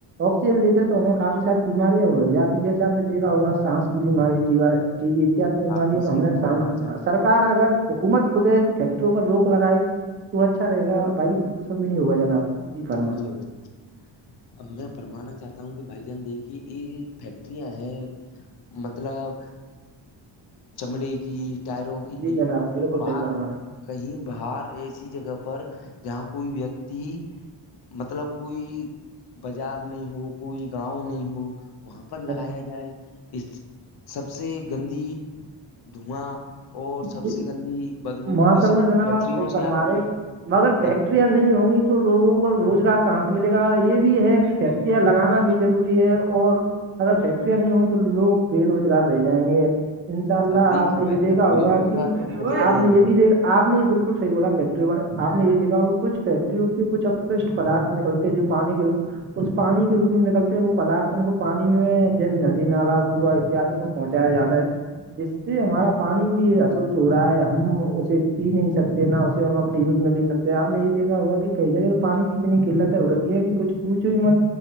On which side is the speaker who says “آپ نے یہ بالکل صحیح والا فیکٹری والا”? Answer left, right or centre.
Right